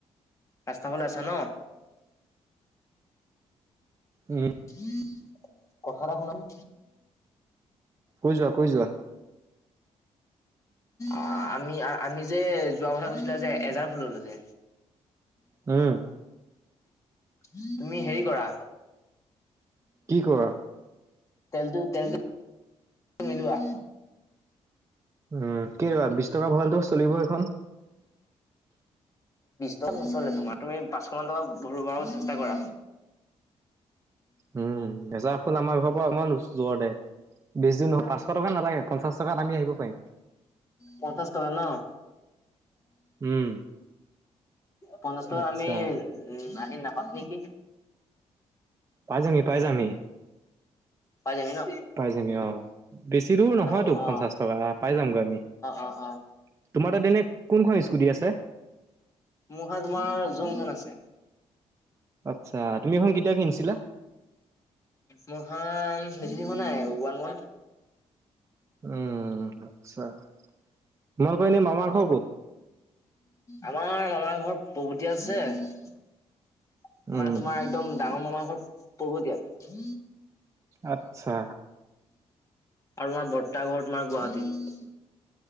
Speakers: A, on the left; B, on the right.
A: ৰাস্তা ফালে আছা ন
B: উম।
A: <inaudible> কথা এটা শুনাচোন।
B: কৈ যোৱাা কৈ যোৱা।
A: অ আমি আমি যে যোৱা কথা কৈছিলো যে এজাৰ ফুললে যে।
B: হম।
A: <inaudible> তুমি হেৰি কৰা-
B: কি কোৱা?
A: তেলটো, তেলটো মিলোৱা-
B: উম কি <unintelligible> <unintelligible> ভালটো চলিব এইখন?
A: তত নচলে তোমাৰ তুমি পাঁচশ মান টকা ভৰ ভৰাব চেষ্টা কৰা।
B: উম এছাঁ ফুল আমাৰ ঘৰৰ পৰা অকমান ওচৰত দে। বেছি নহয় পাঁশ টকা নালাগে পঞ্চাছ টকাত আমি আহিব পাৰিম।
A: পঞ্চাশ টকা ন,
B: উম,
A: পঞ্চাশ টকা
B: আচ্ছা
A: আমি উ- আহি নাপাম নেকি?
B: পাই যামি পাই যামি
A: পাই যাবি ন
B: পাই যামি অ। বেছি দূৰ নহয়তো
A: অ অ
B: পঞ্চাছ টকা- তোমাৰ
A: অ অ
B: তাত তেনে - সুধি আছে।
A: মোৰ খান তোমাৰ জুং খান আছে
B: আচ্ছা তুমি এখন কেতিয়া কিনিছা?
A: মহান- বেছি দিন হোৱা নাই ওৱান মণ্ঠ।
B: উম আচ্ছা তোমালোক এনেই মামাৰ ঘৰ ক'ত?
A: আমাৰ আমাৰ ঘৰত প্ৰভতি আছে- মানে
B: উম
A: তোমাৰ একদম ডাঙৰ মামাৰ ঘৰ - পূৰ্বতিয়াত।
B: আচ্ছা।
A: আৰু তোমাৰ বৰ্তা ঘৰ তোমাৰ গুৱাহাটীত।